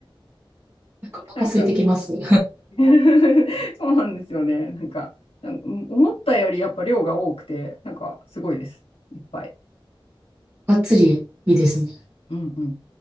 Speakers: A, on the right (about 25°); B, on the left (about 90°).
A: なんかお腹空いてきます。
B: なんか
A: <laughs>
B: <laughs> そうなんですよね。なんか、なんか思ったよりやっぱ量が多くて、なんかすごいです。いっぱい。
A: がっつりいいですね。
B: うんうん。